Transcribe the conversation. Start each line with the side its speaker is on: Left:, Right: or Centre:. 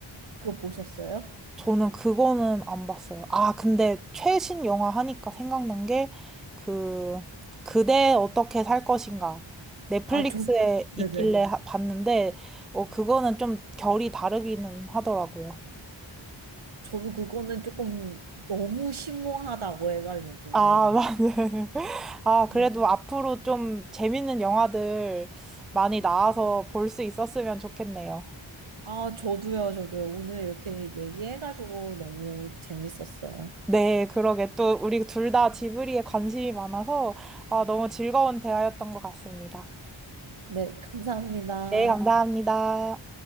Right: 그거 보셨어요?
Centre: 저는 그거는 안 봤어요. 아, 근데 최신 영화 하니까 생각난 게, 그, 그대 어떻게 살 것인가. 넷플릭스에
Right: 아, 저 네네.
Centre: 있길래 하- 봤는데, 어, 그거는 좀 결이 다르기는 하더라고요.
Right: 저도 그거는 조금 너무 심오하다고 해가지고.
Centre: 아, <laughs> 맞네. 아, 그래도
Right: 음.
Centre: 앞으로 좀 재밌는 영화들 많이 나와서 볼 수 있었으면 좋겠네요.
Right: 아, 저도요, 저도요. 오늘 이렇게 얘기해가지고 너무 재밌었어요.
Centre: 네, 그러게. 또 우리 둘 다 지브리에 관심이 많아서, 아, 너무 즐거운 대화였던 것 같습니다.
Right: 네, 감사합니다.
Centre: 네, 감사합니다.